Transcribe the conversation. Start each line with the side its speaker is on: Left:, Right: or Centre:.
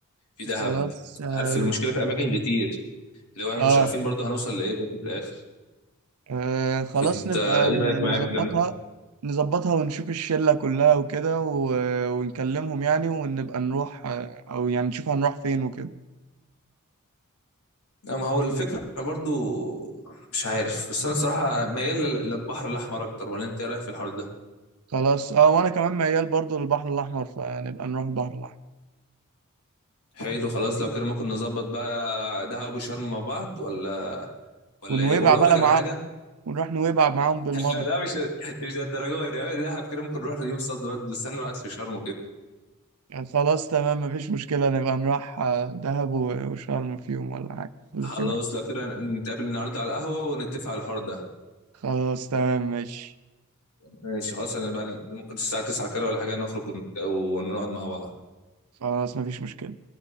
Left: في دهب
Right: خلاص اه,
Left: عارف المشكله في اماكن كتير لو احنا
Right: آه.
Left: مش عارفين برضو هنوصل لايه برضو في الاخر
Right: آه. خلاص
Left: فانت
Right: نبقى
Left: ايه
Right: ن-
Left: رايك معايا
Right: نظبطها
Left: في الكلام ده
Right: نظبطها ونشوف الشلة كلها وكده و... ونكلمهم يعني ونبقى نروح أو يعني نشوف هنروح فين وكده
Left: اما هو الفكره برضو مش عارف بس انا الصراحه ميال للبحر الاحمر اكتر ولا انت ايه رايك في الحوار ده
Right: خلاص اه وأنا كمان ميال برضو للبحر الأحمر فنبقى نروح البحر الأحمر
Left: حلو خلاص لو كده ممكن نظبط بقى دهب وشرم مع بعض ولا ولا
Right: ونويبع
Left: ايه ولا
Right: بقى
Left: اقول لك على
Right: معاهم
Left: حاجه
Right: ونروح نويبع معاهم بالمرة
Left: لا لا مش مش للدرجه دي دهب كده ممكن نروح يوم صد رد بس انا قاعد في شرم وكده
Right: يعني خلاص تمام مفيش مشكلة نبقى نروح آه، دهب و- وشرم في يوم ولا حاجة ولا
Left: خلاص
Right: في يومين
Left: لو كده نتقابل النهارده على القهوه ونتفق على الحوار ده
Right: خلاص تمام ماشي
Left: ماشي خلاص انا بعد ممكن الساعه 9 كده ولا حاجه نخرج ونت- ونقعد مع بعض
Right: خلاص مفيش مشكلة